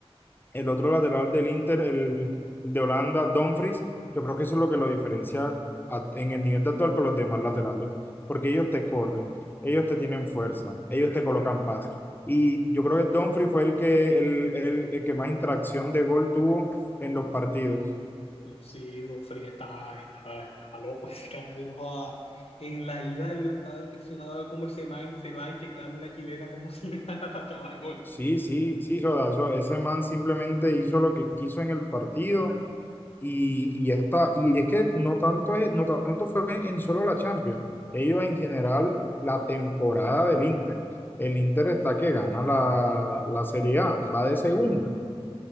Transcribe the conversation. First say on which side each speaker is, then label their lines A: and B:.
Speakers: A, on the left; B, on the left.
A: el otro lateral del Inter, el, el de Holanda, Dumfries, yo creo que eso es lo que lo diferencia a- en el nivel de actual con los demás laterales, porque ellos te corren, ellos te tienen fuerza, ellos te colocan paz. Y yo creo que Dumfries fue el que, el, el- el que más interacción de gol tuvo en los partidos.
B: No, sí, Don Freddy está está loco, <laughs> está, no joda. En la ida yo estaba impresionado de cómo ese man se va y se clava una chilena como si nada <laughs> para clavar el gol.
A: Sí, sí, sí, Soda, eso- ese man simplemente hizo lo que quiso en el partido Y, y ya está. Y es que no tanto, es, no tanto fue en solo la Champions. Ellos en general, la temporada del Inter. El Inter está que gana la, la Serie A. Va de segundo.